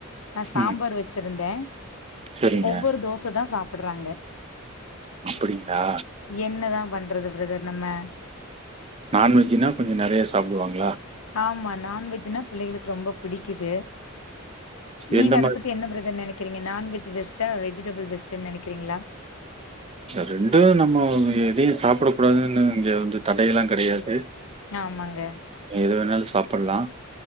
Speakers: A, on the left (about 80°); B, on the right (about 30°).
A: நா சாம்பார்
B: ம்
A: வச்சிருந்தே
B: சரிங்க
A: ஒவ்வொரு தோசதா சாப்ட்றாங்க
B: அப்படிங்களா
A: என்னதான் பண்றது பிரதர் நம்ம
B: நண்வெஜ்ஜுனா கொஞ்ச நெறையா சாப்வாங்களா
A: ஆமா நான்வெஜ்னா பிள்ளைகளுக்கு ரொம்ப பிடிக்குது நீங்க
B: எந்த
A: அத பத்தி என்ன பிரதர் நெனைக்கிறீங்க நான்வெஜ் பெஸ்டா வெஜிடபிள் பெஸ்ட்ன்னு நெனைக்கிறீங்களா
B: ரெண்டு நம்ம எதையு சாப்டக் கூடாதுன்னு இங்க வந்து தடையெல்லா கெடையாது
A: ஆமாங்க
B: எது வேணாலு சாப்பலா